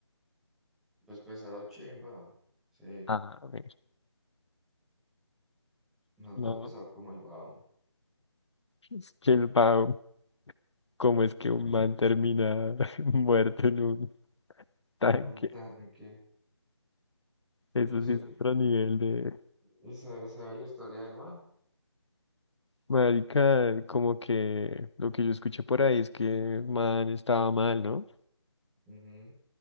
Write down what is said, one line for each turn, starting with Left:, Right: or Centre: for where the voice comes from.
Centre: Pues pesado chimba. Sí,
Left: A ver,
Centre: no
Left: no.
Centre: tan pesado como el Baum.
Left: Es que el Bao, ¿cómo es que un man termina <laughs> muerto en un tanque?
Centre: en un tanque.
Left: Eso
Centre: y se
Left: sí es otro nivel de...
Centre: ¿Y sabe sabe la historia del man?
Left: Marica, como que lo que yo escuché por ahí es que el man estaba mal, ¿no?
Centre: Ujú.